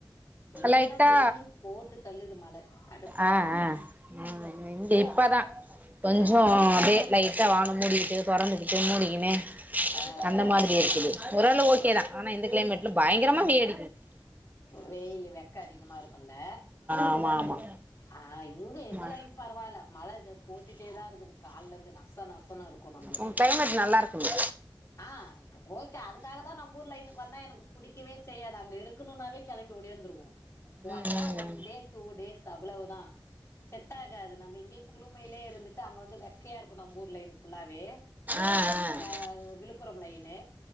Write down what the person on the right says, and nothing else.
லைட்டா
ஆ
ஆ ம் இங்க இப்பதா கொஞ்சோ
அதே லைட்டா வானோ மூடிக்கிட்டு தொறந்துக்கிட்டு மூடிக்கினு
அந்த மாதிரி இருக்குது ஒரளவு ஓகே தா ஆனா இந்த கிளைமேட்ல பயங்கரமா வேர்க்
ஆமா ஆமா
ஆமா
உங்க கிளைமேட் நல்லா இருக்குங்க
ம்
ம்
ஆ ஆ